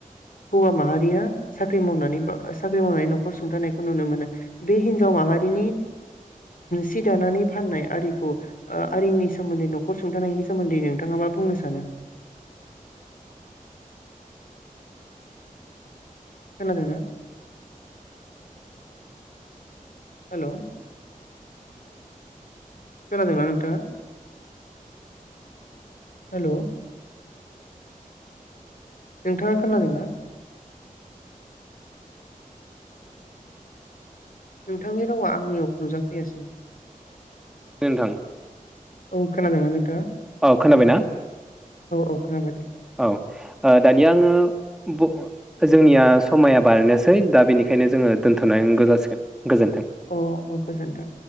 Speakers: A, on the left; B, in the centre.
A: हौवा माहारिया साख्रि मावनानै बा साख्रि मावनानै न'खर सुंथानायखौ नुनो मोनो बे हिनजाव माहारिनि सि दानानै फाननाय आरिखौ ओ आरिनि सोमोन्दै नखर सुंथानायनि सोमोन्दै नोंथाङा मा बुंनो सा सानो? खोनादों ना? हेल'। खोनादों ना नोंथांनि? हेल' नोंथाङा खोनादोंना? नोंथांनि रावा आंनियाव नुजाफैयासै।
B: नोंथां।
A: औ खोनादोंना नोंथांआ?
B: औ खोनाबायना
A: औ खोनाबाय दे
B: औ ओ दानिया आङो। बु ओजोंनियास समाया बारनोसै दा बेनिखायनो जोङो दोनथ'नांगौ जासिगोन। गोजोन्थों
A: अ अ गोजोनथों।